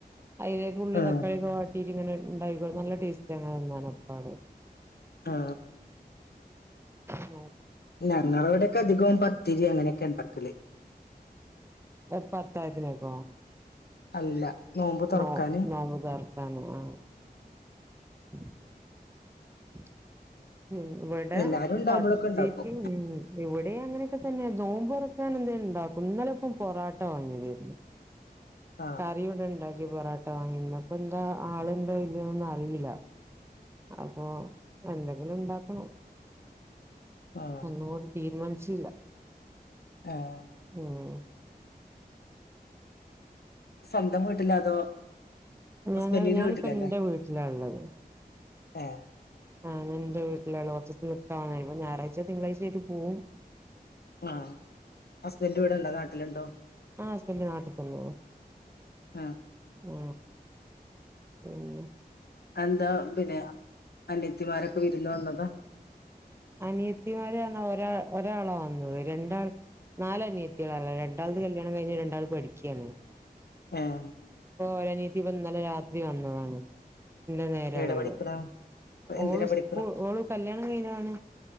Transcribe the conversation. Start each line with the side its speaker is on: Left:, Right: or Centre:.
Right: അതിലേക്ക് ഉള്ളി
Left: ആഹ്
Right: തക്കളിയൊക്കെ വാ തീരിങ്ങനെ ഉണ്ടായിക്കോള നല്ല ടേസ്റ്റ് അങ്ങനെന്നാണ് അപ്പാട്
Left: ആ
Right: ഉ
Left: ഞങ്ങള ഇവിടെയൊക്കെ അധികവും പത്തിരി അങ്ങനെയൊക്കെ ഉണ്ടാക്കല്
Right: ആ പത്തായത്തിനക്കോ
Left: അല്ല നോമ്പ് തുറക്കാന്
Right: നോ നോമ്പ് തുറക്കാൻ ആ ഉ ഉ ഉം ഇവിടെ
Left: എല്ലാരും ഉണ്ടാവുമ്പോഴൊക്കെ
Right: പത്തിരി
Left: ഉണ്ടാക്കും
Right: ഉം ഇവിടെ അങ്ങനെയൊക്കെ തന്നെ നോമ്പുറ കാന എന്ത ഉണ്ടാക്കും ഇന്നലെ ഇപ്പം പൊറോട്ട വന്നി തരുന്നു
Left: ആഹ്
Right: കറിവിടെ ഉണ്ടാക്ക പൊറട്ട വാങ്ങി അപ്പൊ എന്താ ആളണ്ടോ ഇല്ലൊന്നും അറിയില്ല അപ്പൊ എന്തെങ്കിലും ഉണ്ടാക്കണോ
Left: ആഹ്
Right: ഒന്നുകുടി തീരുമാനി ചില്ല
Left: ആഹ്
Right: ഉം
Left: സ്വന്തം വീട്ടില്ല അതോ
Right: ഞങ്ങ
Left: ഹസ്ബൻഡിന്റെ
Right: ഞാനിപ്പോ
Left: വീട്ടിലല്ലേ
Right: എന്റെ വീട്ടിലാള്ളത്
Left: ഏഹ്
Right: ആഹ് ഞാ എന്റെ വീട്ടില കുറച്ച് ദിവസം നിക്കാ വന്നായിപ്പ ഞായറാഴ്ച തിങ്കളാഴ്ചായിട്ട് പോവും
Left: ആ ഹസ്ബൻ്റ് ഇവിടെണ്ടോ നാട്ടിലുണ്ടോ
Right: ആ ഹസ്പന് നാട്ട പോണോ
Left: ആഹ്
Right: ആ ഉം
Left: എന്താ പിന്നെ അനയത്തിമാരൊക്കെ വിരുന്നു വന്നതാ
Right: അനിയത്തിമാരാണ് ഒരാ ഒരാളാ വന്നത് രണ്ടാൾ നാല് അനിയത്തികളാള്ളേ രണ്ടാളത് കല്യാണം കഴിഞ്ഞ് രണ്ടാള് പഠിക്കാണ്
Left: ആ ഏ
Right: ഒരനിയത്തി ഇപ്പ ഇന്നലെ രാത്രി വന്നതാണ് എന്റെ നേരളളവള്
Left: എവിടെ പഠിക്കണ എന്തിനാ
Right: ഓള്
Left: പഠിക്കണ
Right: സ്കൂ ഓള് കല്യാണം കഴിഞ്ഞാണ്